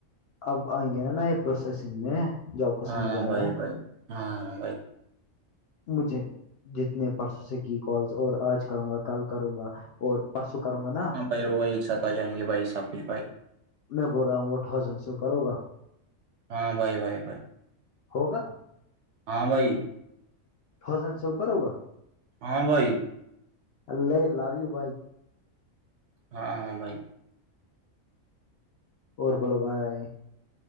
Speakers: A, on the left; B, on the right.
A: اب آئیں گے نا نا یہ پروسیسنگ میں جو آپ کو
B: ہاں
A: سمجھ آ
B: بھائی
A: رہا ہے
B: بھائی ہاں بھائی
A: مجھے جتنے پرسوں سے کی کالس اور آج کروں گا کل کروں گا اور پرسوں کروں گا نا
B: ہاں بھائی وہ ایک ساتھ آ جائیں گے بھائی سب کچھ بھائی
A: میں بول رہا ہوں وہ تھاؤزنڈ سے اوپر ہوگا
B: ہاں بھائی بھائی بھائی
A: ہوگا
B: ہاں بھائی
A: حزن سے اوپر ہوگا
B: ہاں بھائی
A: اللہ اللہاویو بھائی
B: ہاں ہاں بھائی
A: اور بولو بھائی